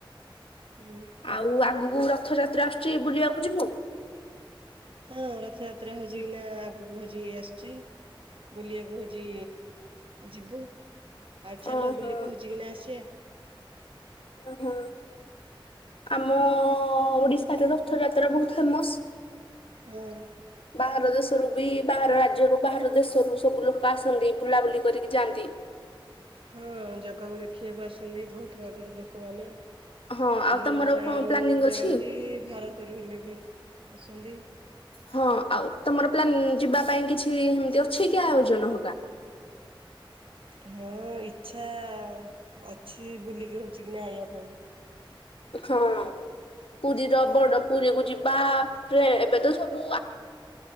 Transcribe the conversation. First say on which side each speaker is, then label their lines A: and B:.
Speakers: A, on the right; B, on the left.
A: ହୁଁ।
B: ଆଉ ଆଗକୁ ରଥଯାତ୍ରା ଆସୁଛି ବୁଲିବାକୁ ଯିବୁ।
A: ହଁ ରଥଯାତ୍ରା ହଉଛି ଏଇନା ଆଗକୁ ହଉଛି ଆସୁଛି ବୁଲିବା କହୁଛି ଯିବୁ ଆଉ ଚାଲ
B: ଓହୋ
A: ବୁଲିକି ହଉଛି କିନା ଆସିଆ।
B: ହୁଁ। ଆମ ଓଡ଼ିଶାରେ ରଥଯାତ୍ରା ବହୁତ ଫେମସ।
A: ହୁଁ।
B: ବାହାର ଦେଶରୁ ବି ବାହାର ରାଜ୍ୟରୁ ବାହାର ଦେଶରୁ ସବୁ ଲୋକ ଆସନ୍ତି ବୁଲାବୁଲି କରିକି ଯାଆନ୍ତି।
A: ହୁଁ ଜଗାକୁ ଦେଖିବାକୁ ଆସନ୍ତି ବହୁତ ବାଟରୁ ଲୋକମାନେ।
B: ହଁ ଆଉ
A: ଆମ
B: ତମର
A: ଓଡିଶ
B: କଣ
A: ରୁ
B: ପ୍ଲାନିଂ ଅଛି?
A: ଯାଆନ୍ତି, ଭାରତରୁ ହେଲେ ବି ଆସନ୍ତି।
B: ହଁ ଆଉ ତମର ପିଲା ଯିବା ପାଇଁ କିଛି ଏମତି ଅଛି କି ଆୟୋଜନ ହବା?
A: ହଁ ଇଚ୍ଛା ଅ
B: ହଁ। ପୁରୀର ବଡ ପୁରୀ କୁ ଯିବା ଟେ ଏବେ ତ ସବୁ